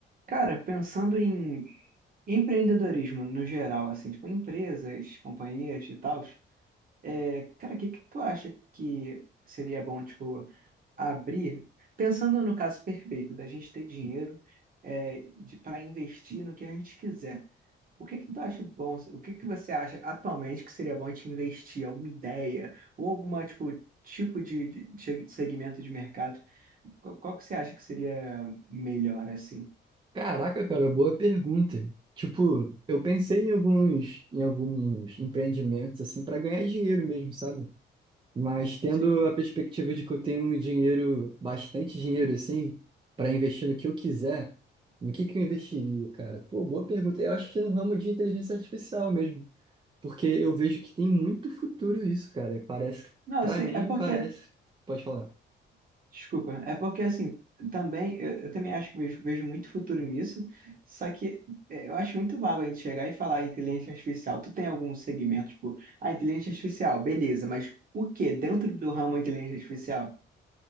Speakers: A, on the right; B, on the right.
A: Cara, pensando em empreendedorismo no geral, assim, tipo empresas, companhias e tal, é, cara, o que que tu acha que seria bom, tipo, abrir? Pensando no caso perfeito, da gente ter dinheiro é, de, para investir no que a gente quiser. O que que tu acha bom? O que que você acha atualmente que seria bom a gente investir? Alguma ideia? Ou alguma, tipo, tipo de, de- de segmento de mercado? Qual, qual que você acha que seria melhor, assim?
B: Caraca, cara, boa pergunta. Tipo, eu pensei em alguns, em alguns empreendimentos assim para ganhar dinheiro mesmo, sabe? Mas tendo
A: Sim.
B: a perspectiva de que eu tenho um dinheiro, bastante dinheiro assim, para investir no que eu quiser, no que que eu investiria, cara? Pô, boa pergunta. Eu acho que no ramo de inteligência artificial mesmo, porque eu vejo que tem muito futuro isso, cara. Parece,
A: Não,
B: para
A: assim,
B: mim,
A: é porque,
B: parece. Pode falar.
A: desculpa, é porque assim, também, eu, eu também acho que vejo, vejo muito futuro nisso, só que é, eu acho muito vago a gente chegar e falar inteligência artificial. Tu tem algum segmento, tipo, ah, inteligência artificial, beleza, mas o que dentro do ramo inteligência artificial?